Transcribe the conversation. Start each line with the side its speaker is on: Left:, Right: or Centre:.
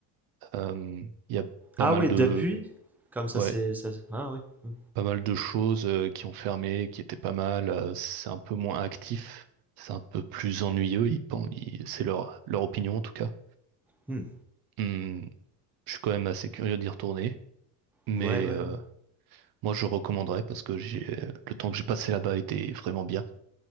Right: Euh, Il y a pas
Centre: Ah
Right: mal
Centre: oui,
Right: de,
Centre: depuis, comme ça,
Right: ouais,
Centre: c'est, ça- ah oui. Hmm.
Right: pas mal de choses euh, qui ont fermé, qui étaient pas mal. Euh, c'est un peu moins actif, c'est un peu plus ennuyeux. Ils, pen- ils- c'est leur, leur opinion en tout cas.
Centre: Hmm.
Right: Hum, je suis quand même assez curieux d'y retourner, mais
Centre: Ouais, ouais,
Right: euh,
Centre: ouais.
Right: Moi, je recommanderais parce que j'ai le temps que j'ai passé là-bas était vraiment bien.